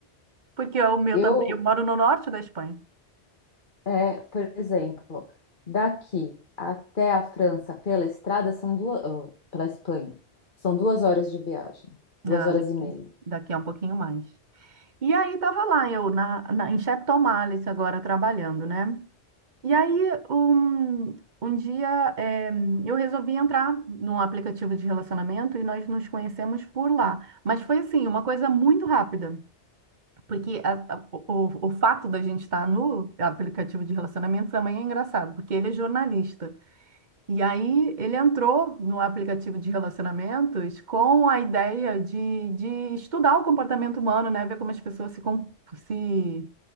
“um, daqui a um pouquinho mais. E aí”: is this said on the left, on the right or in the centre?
Right